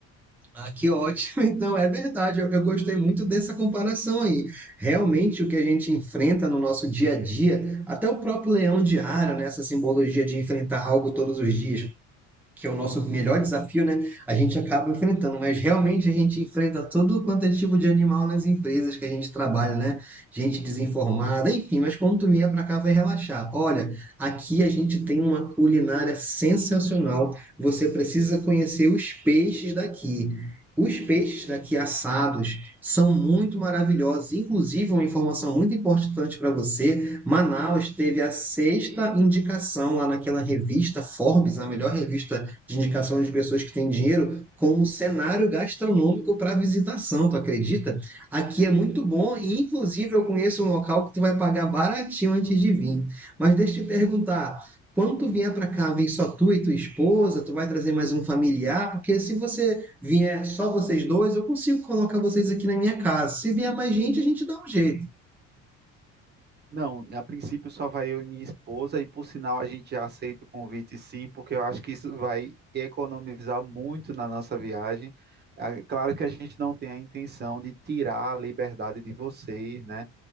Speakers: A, in the centre; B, on the right (about 35°).
A: Ah, que ótimo! <laughs> Então, é verdade, eu, eu gostei muito dessa comparação aí. Realmente, o que a gente enfrenta no nosso dia a dia, até o próprio leão diário, né, essa simbologia de enfrentar algo todos os dias, que é o nosso melhor desafio, né? A gente acaba enfrentando, mas realmente a gente enfrenta todo quanto é tipo de animal nas empresas que a gente trabalha, né? Gente desinformada, enfim, mas quando tu vier pra cá vai relaxar. Olha, aqui a gente tem uma culinária sensacional. Você precisa conhecer os peixes daqui. Os peixes daqui assados são muito maravilhosos. Inclusive, uma informação muito importante para você: Manaus teve a sexta indicação lá naquela revista Forbes, a melhor revista de indicação de pessoas que têm dinheiro como cenário gastronômico para visitação, tu acredita? Aqui é muito bom e, inclusive, eu conheço um local que tu vai pagar baratinho antes de vir. Mas deixa eu te perguntar, quando tu vier para cá, vem só tu e tua esposa, tu vai trazer mais um familiar, porque se você vier só vocês dois, eu consigo colocar vocês aqui na minha casa. Se vier mais gente, a gente dá um jeito.
B: Não, a princípio só vai eu e minha esposa, e por sinal a gente já aceita o convite sim, porque eu acho que isso vai economizar muito na nossa viagem. Ah, Claro que a gente não tem a intenção de tirar a liberdade de vocês, né?